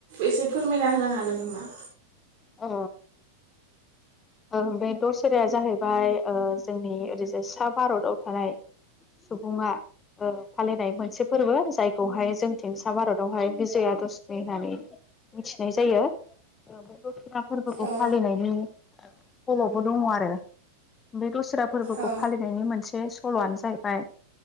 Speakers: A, on the right; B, on the left.
A: एसे फोरमायना होनो हाग गोन नामा?
B: अ ओ बे दसेराया जाहैबाय ओ जोंनि ओरैजाय सा भारताव थानाय सुबुङा ओ फालिनाय मोनसे फोरबो जायखौहाय जोंथिं सा भारतावहाय बिजयादशमि होननानै मिथिनाय जायो बे दसेरा फोरबोखौ
A: औ
B: फालिनायनि सल'बो दङ आरो बे दसेरा फोरबोखौ
A: औ
B: फालिनायनि मोनसे सल'आनो जाहैबाय